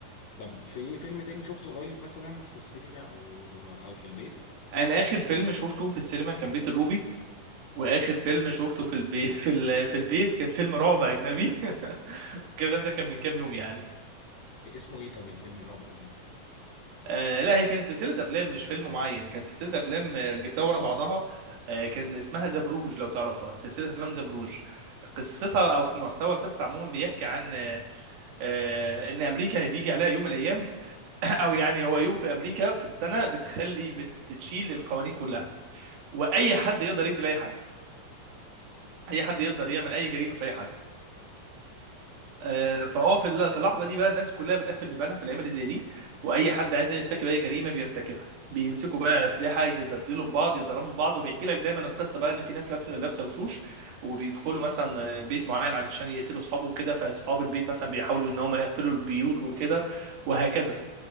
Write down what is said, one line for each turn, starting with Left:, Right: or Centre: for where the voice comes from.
Left: طب في فيلم تاني شفته قريب مثلا في السينما أو أو في البيت
Right: انا اخر فيلم شفته في السينما كان بيت الروبي واخر فيلم شفته في البيت في ال... في البيت كان فيلم رعب اجنبي <laughs> الكلام ده كان من كام يوم يعني
Left: اسمه إيه طب الفيلم الرعب الأجنبي
Right: آه لا هي كانت سلسلة أفلام مش فيلم معين كان سلسلة أفلام آه، جبتها ورا بعضها آه كان اسمها زبروج لو تعرفها سلسلة أفلام زبروج قصتها أو محتوى القصة عموما بيحكي عن آه آه، إن أمريكا بيجي عليها يوم من الأيام <coughs> <laughs> أو يعني هو يوم في أمريكا في السنة بتخلي بت بتشيل القوانين كلها وأي حد يقدر يقتل أي حد أي حد يقدر يعمل أي جريمة في أي حد آه، فهو في الل- في اللحظه دي بقى الناس كلها بتقفل بيبانها في الايام اللي زي دي واي حد عايز يرتكب اي جريمه بيرتكبها بيمسكوا بقى اسلحه يضربوا في بعض يضربوا في بعض وبيحكي لك دايما القصه بقى ان في ناس لابسه لابسه وشوش وبيدخلوا مثلا بيت معين علشان يقتلوا اصحابه وكده فاصحاب البيت مثلا بيحاولوا ان هم يقفلوا البيوت وكده وهكذا